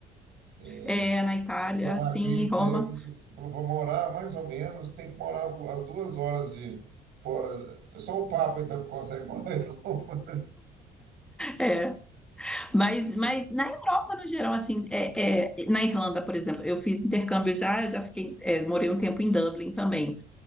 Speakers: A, on the right (about 80°); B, in the centre.
A: É,
B: é, na Itália,
A: Tem uma
B: sim,
A: crise
B: em Roma,
A: daí, a pessoa falou, para morar mais ou menos, tem que morar algu- a duas horas de fora. É só o Papa, então, que consegue <laughs> morar em Roma.
B: é. Mas, mas na Europa, no geral, assim, é, é, na Irlanda, por exemplo, eu fiz intercâmbio já, eu já fiquei, é, morei um tempo em Dublin também.